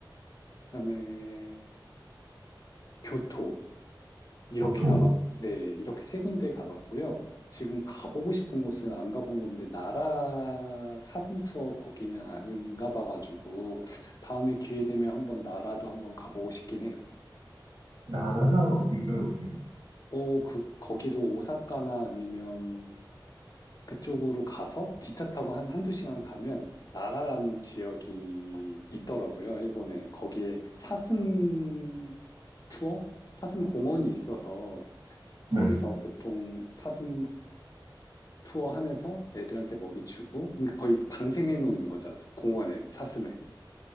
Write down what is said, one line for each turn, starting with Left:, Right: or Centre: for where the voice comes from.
Left: 그다음에 교토. 이렇게
Right: 교토.
Left: 가봤, 네, 이렇게 세 군데 가봤고요. 지금 가보고 싶은 곳은 안 가본 건데, 나라 사슴 투어 거기는 안 가봐가지고, 다음에 기회 되면 한번 나라도 한번 가보고 싶긴 해요.
Right: 나라가 어딜까요, 혹시?
Left: 어, 그, 거기도 오사카나 아니면 그쪽으로 가서 기차 타고 한 한두 시간 가면 나라라는 지역이 있더라고요, 일본에. 거기에 사슴 투어? 사슴 공원이 있어서
Right: 네.
Left: 거기서 보통 사슴 투어하면서 애들한테 먹이 주고, 그러니까 거의 방생해 놓는 거죠. 공원을, 사슴을.